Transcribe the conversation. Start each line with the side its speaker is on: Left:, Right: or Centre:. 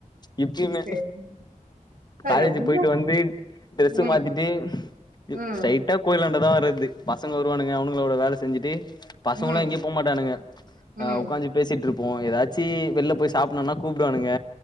Left: இப்பியுமே
Right: சேரி இப்ப
Left: காலேஜ்
Right: ரொம்ப
Left: போயிட்டு வந்து ட்ரெஸ்ஸு
Right: ம்
Left: மாத்திட்டு
Right: ம்
Left: ஸ்ட்ரைட்டா கோயிலாண்டதா வர்ரது பசங்க வருவானுங்க அவனுங்களோட வேல செஞ்சுட்டு பசங்களு
Right: ம்
Left: எங்கயு போ மாட்டானுங்க அ
Right: ம்
Left: உக்காஞ்சி பேசிட்டு இருப்போ எதாச்சு வெல்ல போய் சாப்பின்னுனா கூப்டுவானுங்க